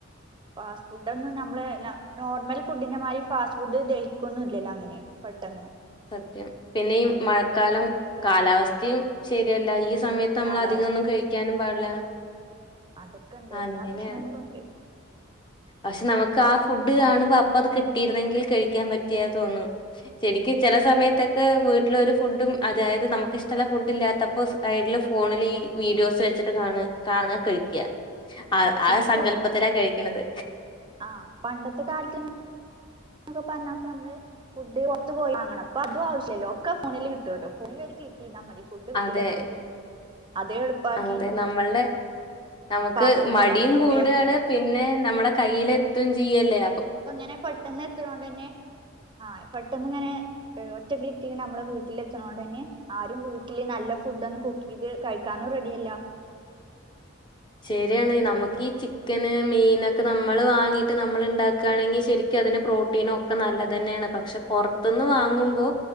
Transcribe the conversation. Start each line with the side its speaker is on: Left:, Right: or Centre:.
Right: ഫാസ്റ്റ് ഫുഡൊന്നും നമ്മള് ല നോർമൽ ഫുഡിന്റെമാരി ഫാസ്റ്റ് ഫുഡ് ദഹിക്കൊന്നുല്ലല്ലോ അങ്ങനെ പെട്ടെന്ന്.
Left: സത്യാണ്. പിന്നെ ഈ മഴക്കാലം കാലാവസ്ഥിയും ശരിയല്ല. ഈ സമയത്ത് നമ്മള്
Right: കാലാവസ്ഥയും
Left: അധികൊന്നും കഴിക്കാനും
Right: പ്രശ്ന
Left: പാടൂല്ല.
Right: അതൊക്കെ ഉണ്ട്
Left: അങ്ങനെയാണ്
Right: എല്ലാ പ്രശ്നങ്ങളും ഉണ്ട്
Left: പക്ഷേ നമുക്ക് ആ ഫുഡ് കാണുമ്പോ അപ്പ അത് കിട്ടിയിരുന്നെങ്കിൽ കഴിക്കാൻ പറ്റിയ തോന്നും. ശരിക്കും ചെല സമയത്തൊക്കെ വീട്ടില് ഒരു ഫുഡും അതായത് നമ്മക്ക് ഇഷ്ടള്ള ഫുഡ് ഇല്ലാത്തപ്പോ സൈഡിൽ ഫോണില് ഈ വീഡിയോസ് വെച്ചിട്ട് കാണാ കാണാ കഴിക്കാ. ആ
Right: പിന്നെ
Left: ആ സങ്കല്പത്തിലാ
Right: ഫു
Left: കഴിക്കണത്.
Right: ആ പണ്ടത്തെ കാലത്ത് ന്നൊക്കെ പറഞ്ഞ ഇപ്പോ ഞമ്മള് ഫുഡ് പൊറത്തു പോയി വാങ്ങണം. ഇപ്പോ അതും ആവശ്യല്ലല്ലോ. ഒക്കെ ഫോണില് കിട്ടുവല്ലോ. ഫോണിൽ ഒര് ക്ലിക്കിയ്ത മതി ഫുഡ് വീട്ടിലെത്തൂലേ?
Left: അതെ
Right: അത് എളുപ്പാക്കി
Left: അതെ നമ്മൾടെ നമുക്ക്
Right: ഫാസ്റ്റ് ഫുഡ്
Left: മടിയും
Right: ഒക്കെ നമുക്ക്
Left: കൂട്വാണ്.
Right: വേഗം കിട്ടാം
Left: പിന്നെ നമ്മടെ കയ്യില് എത്തും ചിയ്യല്ലേ?
Right: ഇപ്പ ഇങ്ങനെ പെട്ടെന്ന് എത്ത്ണോണ്ടെന്നെ ആ പെട്ടെന്ന് ഇങ്ങനെ ഏ ഒറ്റ ക്ലിക്കില് ഞമ്മള് വീട്ടിലെത്ത്ണോണ്ടെന്നെ ആരും വീട്ടില് നല്ല ഫുഡ് ഒന്നും കുക്ക് ചെയ്ത് കഴിക്കാനും റെഡി അല്ല.
Left: ശരിയാണ്. നമുക്ക് ഈ ചിക്കന്, മീനൊക്കെ നമ്മള് വാങ്ങീട്ട് നമ്മൾ ഇണ്ടാക്കാണെങ്കി ശരിക്കും അതിന് പ്രോട്ടീനും ഒക്കെ നല്ലതന്നെയാണ്. പക്ഷെ പൊറത്ത്ന്ന് വാങ്ങുമ്പോ